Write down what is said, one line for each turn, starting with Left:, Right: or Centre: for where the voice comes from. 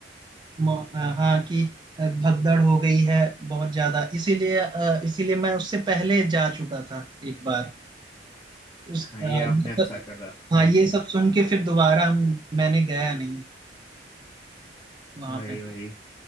Right: म- अ, हाँ कि अ, भगदड़ हो गई है बहुत ज्यादा इसीलिए अ, इसीलिए मैं उससे पहले जा चुका था एक बार उस अ,
Left: हाँ ये
Right: ये
Left: आपने अच्छा
Right: सब-
Left: करा
Right: हाँ
Left: हाँ
Right: ये
Left: जी
Right: सब सुन के फिर दोबारा हम मैंने गया नहीं वहां
Left: वही
Right: पे
Left: वही